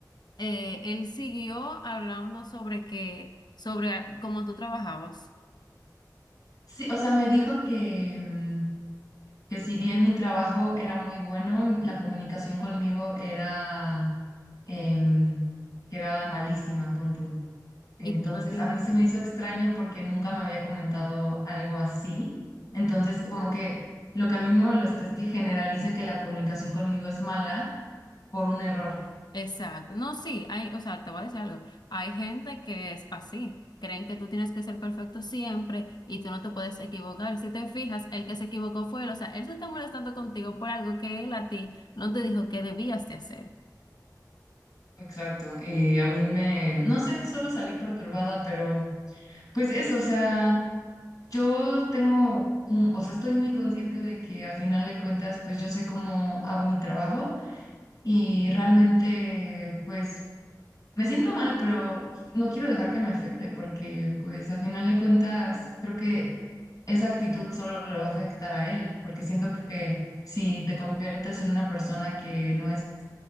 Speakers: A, on the left (about 70°); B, on the left (about 55°).
A: eh, él siguió hablando sobre que, sobre cómo tú trabajabas.
B: Sí, o sea, me dijo que, mm, que si bien mi trabajo era muy bueno, la comunicación conmigo era, em, que era malísima, pon tú. Entonces,
A: Y tú no tienes.
B: a mí se me hizo extraño porque nunca me había comentado algo así. Entonces, como que lo que a mí me molestó es que generalice que la comunicación conmigo es mala por un error.
A: Exacto. No, sí, hay, o sea, te voy a decir algo. Hay gente que es así. Creen que tú tienes que ser perfecto siempre y tú no te puedes equivocar. Si te fijas, el que se equivocó fue él. O sea, él se está molestando contigo por algo que él a ti no te dijo que debías de hacer.
B: Exacto. Y a mí me, No sé, solo salí perturbada, pero pues eso, o sea... Yo tengo, un- o sea, estoy muy consciente de que a final de cuentas, pues yo sé cómo hago mi trabajo y realmente, pues me siento mal, pero no quiero dejar que me afecte porque, pues a final de cuentas, creo que esa actitud solo le va a afectar a él, porque siento que si te conviertes en una persona que no es